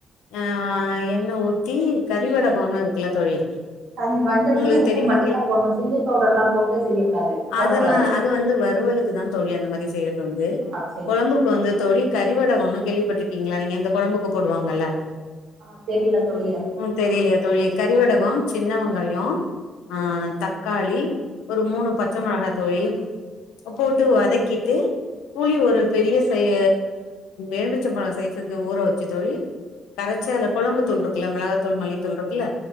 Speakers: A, on the left; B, on the right.
A: ஆ வ அ எண்ண ஊத்தி கறிவடகோன்னு இருக்குல்ல தோழி
B: கஞ் மஞ்ச
A: உங்களுக்கு
B: தூள் உப்பு
A: தெரியுமா
B: மட்டுந்தா
A: கேள்வி
B: போட்ணு சில்லி பவுடர் எல்லாம் போட்டு செய்யக்கூடாது போடகூடாது
A: அதெல்லாம் அது வந்து வறுவலுக்கு தா தோழி அந்த மாரி செய்யறதுண்டு
B: ஆ செரி
A: கொழம்புக்கு வந்து தோழி கறிவடகோனு கேள்விப்பட்ருக்கீங்ளா நீங்க இந்த கொழம்புக்கு போடுவாங்கல்ல
B: ஆ தெரியல தோழி எனக்கு அது
A: ம் தெரியு இல்லையா தோழி கறிவடகோ சின்னவ ங்காயோ ஆ தக்காளி ஒரு மூணு
B: ஆ
A: பச்ச மெளகா தோழி போட்டு
B: ஓகே
A: வதக்கிட்டு புளி
B: ம்
A: ஒரு பெரிய சைய எலுமிச்சம்பழோ சைஸுக்கு ஊற வெச்சு தோழி கரைச்சி
B: ம்
A: அதுல கொழம்பு தூள்ரு கில்ல மிளகாத்தூள் மல்லித்தூள்ருக்குல்ல